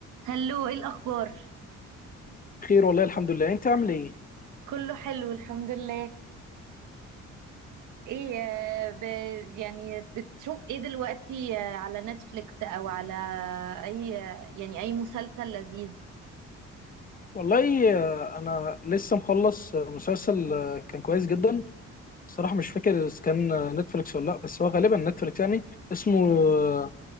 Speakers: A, on the right; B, on the left.
A: هلو ايه الاخبار
B: خير والله الحمد لله انت عامل ايه
A: كله حلو الحمد لله ايه آه، ب... يعني بتشوف ايه دلوقتي آه، على نتفليكس او على اي آه، يعني اي مسلسل لذيذ
B: والله آه، انا لسه مخلص آه، مسلسل آه، كان كويس جدا صراحة مش فاكر اذا كان آه، نتفليكس ولا لا بس هو غالبا نتفليكس يعني اسمه